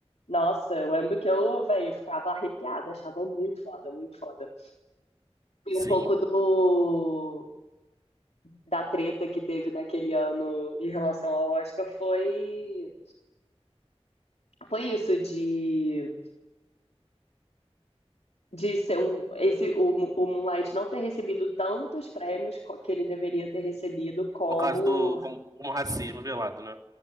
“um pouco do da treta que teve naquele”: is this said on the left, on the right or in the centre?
Left